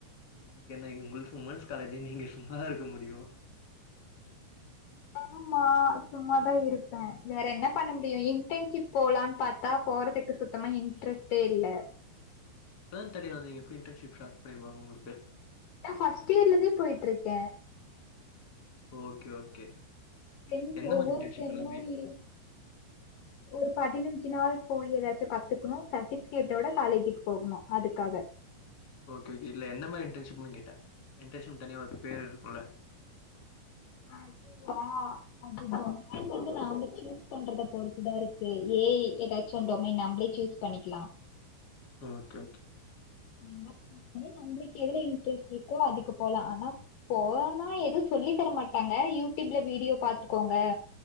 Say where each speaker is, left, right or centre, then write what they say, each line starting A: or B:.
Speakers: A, on the left (about 35°); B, on the left (about 85°).
A: உங்களுக்கு என்ன உங்களுஸ்க்கு உமன்ஸ் காலேஜு நீங்க சும்மாதா இருக்க முடியு
B: ஆமா சும்மாதா இருப்பே வேற என்ன பண்ண முடியு இன்டர்ன்ஷிப் போலானு பாத்தா போறது க்கு சுத்தமா இன்ட்ரெஸ்ட்டே இல்ல
A: இப்பதான தேடியர் வந்தீங்க எப்டி இன்டர்ன்ஷிப் ஸ்டார்ட் பண்ணிடுவாங்க உங்களுக்கு
B: நா ஃபஸ்ட்டு இயர்லிந்தே போயிட்டு இருக்கே
A: ஓகே ஓகே
B: செம்
A: எந்த
B: ஒவ்வோர்
A: மாரி இன்டர்ன்ஷிப்
B: செம்மொழி
A: எல்லாமே
B: ஒரு பதினஞ்சு பத்து நாள் போயி எதயாச்சு கத்துக்குணோ சர்ட்டிஃபிகேடோட காலேஜுக்கு போகணோ அதுக்காக.
A: ஓகே ஓகே இல்ல எந்த மாரி இன்டர்ன்ஷிப்னு கேட்டே இன்டர்ன்ஷிப்னு தனியா ஒரு பேர் இருக்கோல
B: அதுவா அது வந்து <unintelligible>
A: ம்
B: சூஸ் பண்றத பொறுத்துதா இருக்கு ஏ இ ஏதாச்சு உண்டோமே நம்ளே சூஸ் பண்ணிக்குலா
A: ஓகே ஓகே
B: <unintelligible> நம்மளுக்கு எது இன்ட்ரெஸ்ட் இருக்கோ அதுக்கு போலா ஆனா போனா எது சொல்லி தர மாட்டாங்க யூ டியூப்ல வீடியோ பா்த்துக்கோங்க